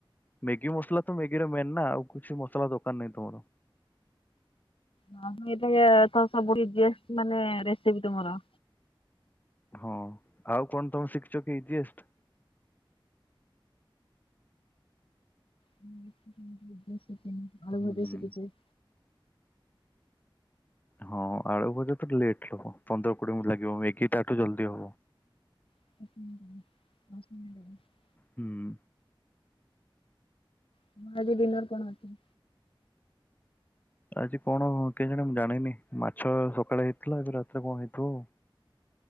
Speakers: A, on the left; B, on the left.
A: ମ୍ୟାଗି ମସଲା ତ ମ୍ୟାଗିରେ ମେନ୍ ନା ଆଉ କିଛି ମସଲା ଦରକାର ନାହିଁ ତମର।
B: ଅହଁ ମୁଁ ଏଟା ବି ତ ସବୁଠୁ ଇଜିଏଷ୍ଟ ମାନେ ରେସିପି ତମର।
A: ହଁ ଆଉ କଣ ତମେ ଶିଖିଚ କି ଇଜିଏଷ୍ଟ?
B: <unintelligible> ସିକିନି ଆଳୁ
A: ହୁଁ
B: ଭଜା ଶିଖିଚି।
A: ହଁ ଆଳୁ ଭଜା ତ ଲେଟରେ ହବ ପନ୍ଦର କୋଡିଏ ମିନିଟ୍ ଲାଗିବ ମେଗି ତାଠୁ ଜଲଦି ହବ।
B: <inaudible> ଦଶ ମିନିଟ ଲାଗେ।
A: ହୁଁ
B: ତମର ଆଜି ଡିନର କଣ ଅଛି?
A: ଆଜି କଣ କେଜାଣି ମୁଁ ଜାଣିନି ମାଛ ସକାଳେ ହେଇଥିଲା ଆଜି ରାତିରେ କଣ ହେଇଥିବ ଆଉ।